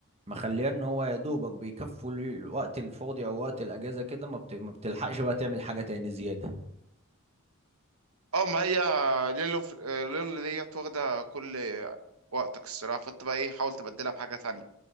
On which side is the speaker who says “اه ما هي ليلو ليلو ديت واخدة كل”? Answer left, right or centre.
Right